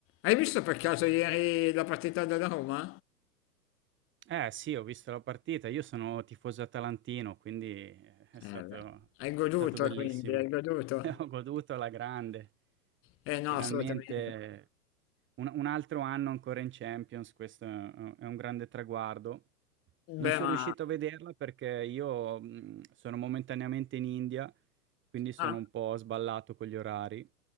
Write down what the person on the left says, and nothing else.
Hai visto per caso ieri la partita della Roma?
Eh, beh.
Hai goduto
quindi, hai goduto?
Eh no,
assolutamente.
Beh,
ma...
Ah,